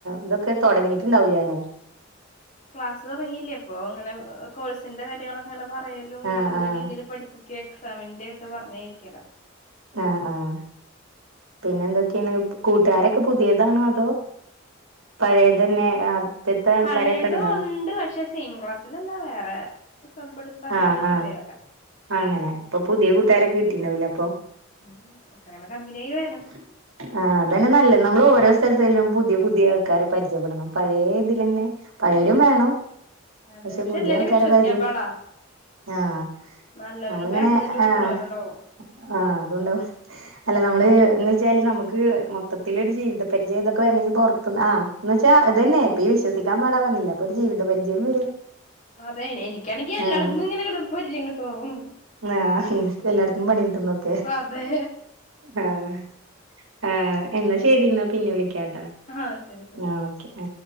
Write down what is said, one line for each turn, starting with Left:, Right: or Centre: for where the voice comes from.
Right: ഇതൊക്കെ തുടങ്ങീട്ടുണ്ടാവൂല്ല അല്ലേ.
Left: ക്ലാസ് തുടങ്ങിയില്ല. ഇപ്പൊ അങ്ങനെ കോഴ്സിന്റെ കാര്യങ്ങളൊക്കെ അങ്ങനെ പറ റയലും
Right: ആഹ്
Left: ഇന്ന
Right: ആഹ്
Left: രീതിയില് പഠിപ്പിക്കുക എക്സാമിന്റെ ഒക്കെ പറഞ്ഞരിക്കല.
Right: ആഹ് ആഹ്. പിന്നെ എന്തൊക്കെണ്. കൂട്ടുകാരൊക്കെ പുതിയതാണോ അതോ? പഴയതന്നെ
Left: നും
Right: ആദ്യത്തെ ആൾക്കാരൊക്കെ
Left: പഴയതും
Right: ഉണ്ടോ
Left: ഉണ്ട്, പക്ഷെ സെയിം ക്ലാസ്സിലല്ലാ വേറെ. സബ് എടുത്ത് അങ്ങനെ
Right: ആഹ്
Left: മാറിയവരാ.
Right: ആഹ് അങ്ങനെ ഇപ്പൊ പുതിയ കൂട്ടുകാരൊക്കെ കിട്ടുണ്ടാവൂല്ലേ അപ്പൊ?
Left: ഉം എക്ക അങ്ങനെ കമ്പിനിയായി വ
Right: <inaudible> ആഹ് അതന്നെ നല്ലത്. നമ്മള് ഓരോ സ്ഥലത്തിലും പുതിയ പുതിയ ആൾക്കാരെ പരിചയപ്പെടണം. പഴേ ഇതില് തന്നെ പഴയരും വേണം,
Left: അതെ
Right: പക്ഷെ പുതിയ
Left: എല്ലാരും
Right: ആൾക്കാരെ
Left: വിശ്വസിക്കാൻ
Right: പരിചയ
Left: പാടാ
Right: ആഹ്
Left: നല്ലവരും
Right: മോളിങ്ങനെ
Left: ബാക്ക് നിന്നിട്ട് കുത്തുന്നവരും
Right: ആഹ്
Left: ഉണ്ടാവും
Right: ആഹ് അതുകൊണ്ട് അല്ല നമ്മള് ഏഹ് എന്ന് വെച്ചാല്, നമുക്ക് മൊത്തത്തിലൊരു ജീവിത പരിചയം ഇതൊക്കെ വരണെങ്കിൽ പുറത്തൂന്ന് ആഹ് എന്ന്‌ വെച്ചാ ഇതന്നെ. ഇപ്പം ഈ വിശ്വസിക്കാൻ പാടാന്ന് പറഞ്ഞില്ലേ. അപ്പോ ഒരു ജീവിത പരിചയം വരും.
Left: അതെ എനിക്കാണെങ്കി എല്ലായിടത്തുംന്ന്
Right: ആഹ്
Left: ഇങ്ങനെ പരിചയം കിട്ടും.
Right: ആഹ് എല്ലായിടത്തും പണികിട്ടുന്നൊക്കെ.
Left: അതേ.
Right: ആഹ് ആഹ് എന്നാ ശരി എന്നാ പിന്നെ വിളിക്കാട്ടാ.
Left: ആഹ് ശരി ശരി.
Right: ആ ഓക്കെ ആ.